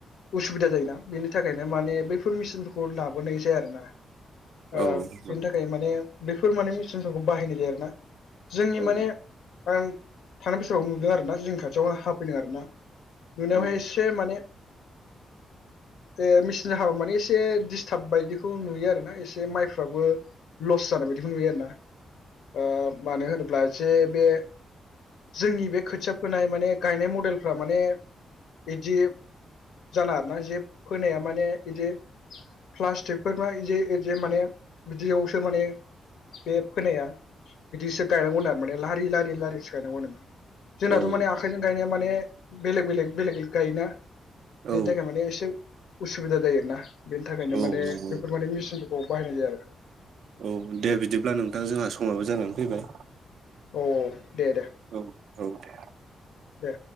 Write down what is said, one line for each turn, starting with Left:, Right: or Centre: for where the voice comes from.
Left: उसुबिदा जायोना बेनि थाखायनो माने बैफोर मेचिनफोरखौ लाबोनाय जाया आरोना। ओ
Right: औ नंगौ
Left: बेनि थाखाय माने बि फोर माने मेचिनफोरखौ बाहायनाय जायो आरोना। जोंनि
Right: औ
Left: माने आं थानाय बोसोराव नुदों आरो ना जोंनि खाथियावनो हाफैदों आरो ना नुनायावहाय
Right: औ
Left: एसे माने बे मेचिन हाबा माने एसे डिस्टार्ब बायदिखौ नुयो आरो ना एसे माइफ्राबो लस जानाय बायदिखौ नुयो आरो ना। ओ मानो होनोब्ला जे बे जोंनि बे खोथिया फोनाय माने गायनाय मडेलफ्रा माने बिदि जानाङा आरोना जे फोनाया माने बिदि प्लास्टिकफोरना बिदि बिदि माने बिदियावसो माने बे फोनाया बिदिसो गायनांगौ आरो माने लारि लारि बे लारि सिखायनांगौ होनोमोन जोंनाथ
Right: औ
Left: माने आखाइजों गायनाया माने बेलेग बेलेग बेलेग बेलेग गायोना। बेनि
Right: औ
Left: थाखाय माने एसे उ उसुबिदा जायो आरोना बेनि थाखायनो
Right: औ
Left: माने
Right: नंगौ
Left: बेफोर बादि मेचिनफोरखौ बाहायनाय जाया आरो
Right: औ दे बिदिब्ला नोंथां जोंहा समाबो जानानै फैबाय
Left: औ औ। दे दे
Right: औ औ दे
Left: दे।